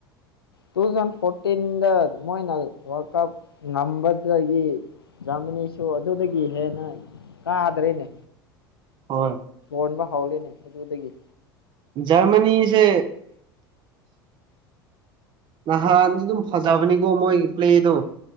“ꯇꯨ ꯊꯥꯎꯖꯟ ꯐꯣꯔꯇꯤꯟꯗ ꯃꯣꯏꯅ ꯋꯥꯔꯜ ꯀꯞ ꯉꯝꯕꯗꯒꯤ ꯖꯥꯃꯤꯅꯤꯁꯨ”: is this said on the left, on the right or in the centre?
Left